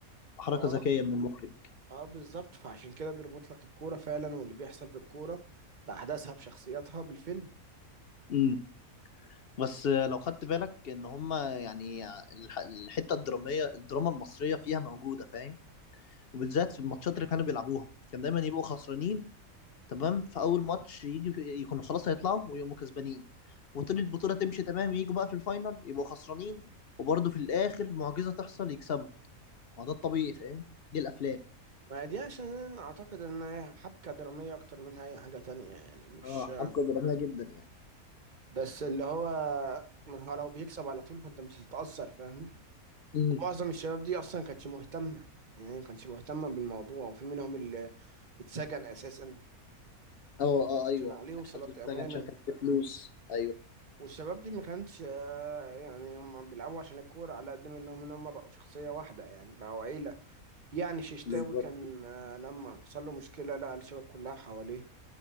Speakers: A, on the left; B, on the right.
A: حركة
B: اه
A: ذكية من المخرج
B: اه بالظبط فعشان كده بيربط لك الكوره فعلا واللي بيحصل في الكوره باحداثها بشخصياتها بالفيلم
A: امم بس لو خدت بالك إن هما يعني الح- الحتة الدرامية الدراما المصرية فيها موجودة فاهم وبالذات في الماتشات اللي كانوا بيلعبوها كان دايما يبقوا خسرانين تمام في اول ماتش يجي يكونوا خلاص هيطلعوا ويقوموا كسبانين وطول البطوله تمشي تمام يجوا بقى في الفاينل يبقوا خسرانين وبرضه في الاخر معجزه تحصل يكسبوا ما ده الطبيعي فاهم دي الافلام
B: ما دي عشان اعتقد ان هي حبكة درامية اكتر منها اي حاجة تانية يعني مش
A: اه حبكه دراميه جدا يعني
B: بس اللي هو ما هو لو بيكسب على طول فانت مش هتتأثر فاهم
A: امم
B: ومعظم الشباب دي اصلا ما كانتش مهتمة يعني ما كانتش مهتمة بالموضوع وفي منهم اللي اتسجن اساسا
A: اه اه ايوه
B: عشان عليه
A: كان
B: وصلة
A: حد اتسجن
B: امانة
A: عشان كان معاه فلوس ايوه
B: والشباب دي ما كانتش آه، يعني هم بيلعبوا عشان الكورة على قد ما انهم ان هم بقوا شخصية واحدة يعني بقوا عيلة يعني ششتاوي
A: بالظبط
B: كان آه، لما حصل له مشكلة لقى الشباب كلها حواليه